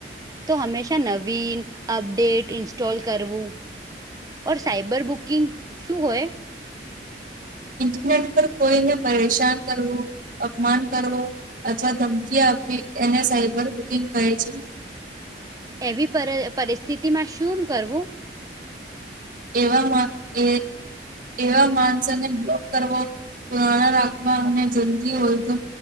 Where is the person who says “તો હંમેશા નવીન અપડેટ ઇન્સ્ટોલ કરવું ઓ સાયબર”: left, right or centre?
Right